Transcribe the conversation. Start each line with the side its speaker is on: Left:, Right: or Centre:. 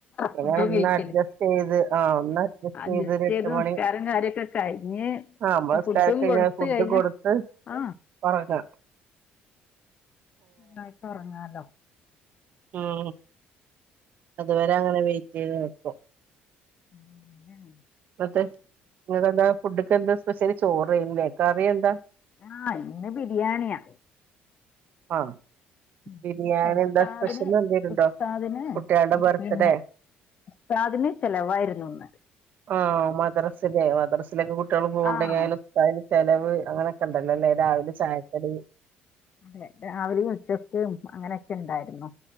Right: പിനെ
Left: ഫുഡും
Right: ഒന്ന്
Left: കഴിക്കല്
Right: അഡ്ജസ്റ്റെയ്ത് ആഹ്‌ ഒന്ന് അഡ്ജസ്റ്റെയത്
Left: അഡ്ജസ്റ്റ്
Right: ഒരട്ട്
Left: ചെയ്ത്
Right: മണി
Left: നിസ്കാരം കാര്യൊക്കെ കഴിഞ്ഞ്
Right: ആഹ്‌ മ്മളെ
Left: ഫുഡും
Right: സ്ക്കാരൊക്കെ കഴിഞ്ഞാ
Left: കൊടുത്ത്
Right: ഫുഡ്
Left: കഴിഞ്ഞ
Right: കൊടുത്ത്
Left: ആ
Right: ഒറങ്ങാ
Left: കായിട്ടൊറങ്ങാലോ
Right: ഉം അതുവരെ അങ്ങനെ വെയിറ്റീത് നിക്കും
Left: <unintelligible>
Right: ന്ന്ട്ട് ഇന്ന്ട്ടെതാ ഫുഡ്ക്കെന്താ സ്പെഷ്യല് ചോറേനിലേ കറി എന്താ
Left: ആഹ് ഇന്ന് ബിരിയാണിയാ
Right: ആഹ്‌ ബിരിയാണി
Left: ഇന്ന് ഉസ്താദിന്
Right: എന്താ സ്പെഷ്യലെന്തേലുണ്ടോ
Left: ഉസ്താദിന്
Right: കുട്ട്യാള്ടെ ബർത്ത്ഡേ
Left: പിന്നെ ഉസ്താദിന് ചെലവായിരുന്നു ഇന്ന്
Right: ആഹ്‌ മദ്റസ് ലെ മദ്റസിലേക്ക് കുട്ട്യാള് പോവ്ണ്ടെങ്കി
Left: ആഹ്
Right: അയിലെ ഉസ്താതിന് ചെലവ് അങ്ങനെ ക്കെ ഇണ്ടലോല്ലേ രാവിലെ ചായക്കടി
Left: അങ്ങനെ രാവിലിം ഉച്ചക്കും അങ്ങനെക്കെ ഇണ്ടാരുന്നു